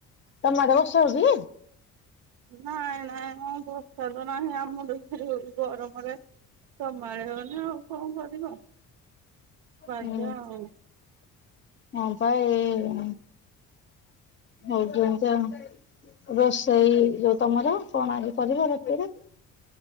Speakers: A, on the left; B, on the right.
A: ତମ ଆଡେ ବର୍ଷା ହଉଛି?
B: ନାଇଁ ନାଇଁ ହଁ ବର୍ଷା ତ ନାହିଁ ଆମ <unintelligible> ଗରମରେ ତମ ଆଡେ ହଉନି ଆଉ କଣ କରିବ? ବାଧ୍ୟ
A: ହୁଁ
B: ଆଉ।
A: ହଁ ବା ଏଇ। ହଉଚି ଏମିତି ଆଉ। ରୋଷେଇ ଯୋଉ ତମର କଣ ଆଜି କରିବ ରାତିରେ?